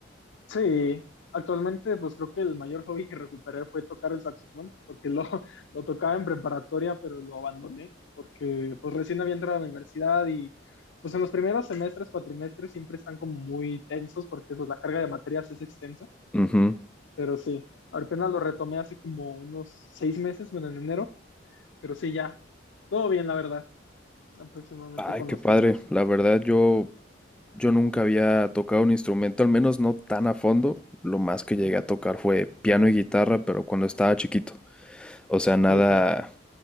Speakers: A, on the left; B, in the centre.
A: Sí, actualmente pues creo que el mayor hobby que recuperé fue tocar el saxofón porque lo, <laughs> lo tocaba en preparatoria pero lo abandoné porque pues recién había entrado a la universidad y pues en los primeros semestres, cuatrimestres siempre están como muy tensos porque pues la carga de materias es extensa,
B: Ujú.
A: pero sí, apenas lo retomé hace como unos seis meses, bueno, en enero, pero sí, ya, todo bien la verdad. aproximadamente
B: Ay,
A: con
B: qué
A: los
B: padre.
A: tiempos.
B: La verdad yo Yo nunca había tocado un instrumento, al menos no tan a fondo. Lo más que llegué
A: <laughs> Ujú.
B: a tocar fue piano y guitarra, pero cuando estaba chiquito. O sea, nada,
A: Ok.